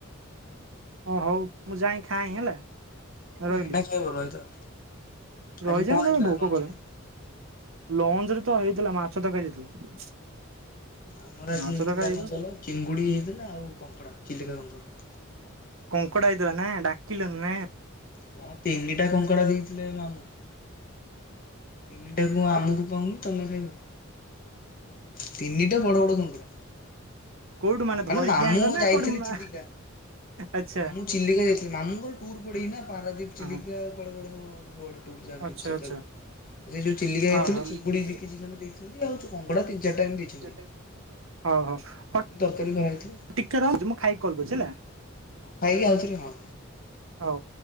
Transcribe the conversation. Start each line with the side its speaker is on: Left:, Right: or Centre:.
Right: ଓ ହଉ ମୁଁ ଯାଇଁ ଖାଇଁ ହେଲା
Left: କଣ
Right: ରହିଲି।
Left: ଏଇନା ଖାଇବ ରହିଥାଅ ଆଜି
Right: ରହିଯା
Left: କଣ
Right: <unintelligible>
Left: ହେଇଥିଲା
Right: ଭୋକ
Left: ଲଞ୍ଚରେ?
Right: କଲାଣି, ଲଞ୍ଚ ରେ ତ ହେଇଥିଲା ମାଛ ତରକାରୀ ହେଇଥିଲା।
Left: ଆମର
Right: ମାଛ
Left: ଆଜି ହେଇଥିଲା
Right: ତରକାରୀ
Left: କଣ କହିଲ ଚିଙ୍ଗୁଡି ହେଇଥିଲା ଆଉ କଙ୍କଡା ଚିଲିକା କଙ୍କଡା।
Right: କଙ୍କଡ଼ା ହେଇଥିଲା ନା ଡାକିଲନି ନା।
Left: କଣ ତିନିଟା କଙ୍କଡ଼ା ଦେଇଥିଲେ ମାମୁଁ। ତିନିଟାକୁ ଆମୁକୁ
Right: ଥିଲ
Left: ପାଉନି ତମେ ଖାଇବ। ତିନିଟା ବଡ-ବଡ କଙ୍କଡା।
Right: କୋଉଠୁ
Left: ହଁ ମାନେ
Right: ଧରିକି
Left: ମାମୁଁ
Right: ଆଣିଲ ନା
Left: ଯାଇଥିଲେ
Right: କୋଉଠୁ ମା
Left: ଚିଲିକା।
Right: ଆଚ୍ଛା
Left: ମାମୁଁ ଚିଲିକା ଯାଇଥିଲେ, ମାମୁଙ୍କର ଟୁର୍ ପଡେଇ ନା ପାରାଦୀପ ଚିଲିକା
Right: ହଁ
Left: କୁଆଡେ-କୁଆଡେ ସବୁ <unintelligible> ଟୁର୍ ଯାଆନ୍ତି
Right: ଆଚ୍ଛା
Left: ସପ୍ତାହକୁ
Right: ଆଚ୍ଛା
Left: ଯେ ଯୋଉ ଚିଲିକା ଯାଇଥିଲେ
Right: ହଁ ହଁ।
Left: ଚିଙ୍ଗୁଡି ଦି କେଜି ଖଣ୍ଡେ ଦେଇଚନ୍ତି, ଆଉ କଙ୍ଗଡା ତିିନ ଚାରିଟା <unintelligible> ଦେଇଚନ୍ତି।
Right: <unintelligible> ହଉ-ହଉ।
Left: ତରକାରୀ କରାହେଇଥିଲା।
Right: ଟିକେ ରହୁଚି, ମୁଁ ଖାଇକି କଲ୍ କରୁଚି ହେଲା।
Left: ଖାଇକି ଆଉଥରେ ହଁ।
Right: ହଉ।